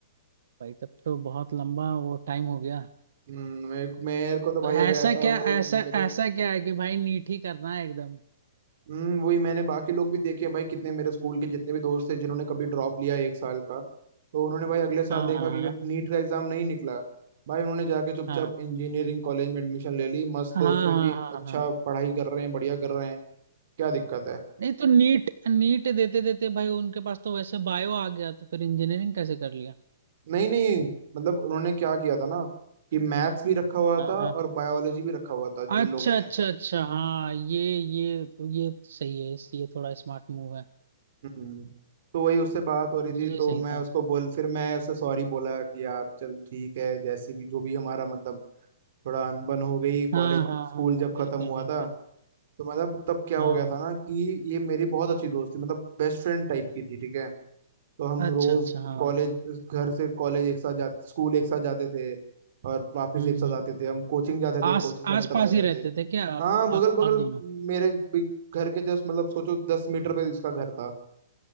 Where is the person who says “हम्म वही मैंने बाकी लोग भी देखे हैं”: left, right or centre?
Right